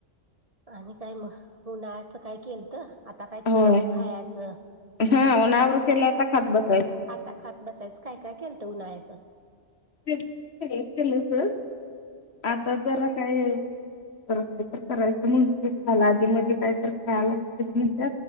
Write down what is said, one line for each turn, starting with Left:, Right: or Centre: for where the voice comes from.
Right: आणि काय मग उन्हाळ्याचं काय केल तर आता काय
Left: होय
Right: तळून खायाच
Left: हा उन्हावर केलाय आता खात बस.
Right: आता खात बसायचं काय काय केलतं उन्हाळ्याचं?
Left: के केलंच आता जरा काय तर काही तर करायचं म्हणते खायला आधी मध्ये काय तर खायला पाहिजे म्हण.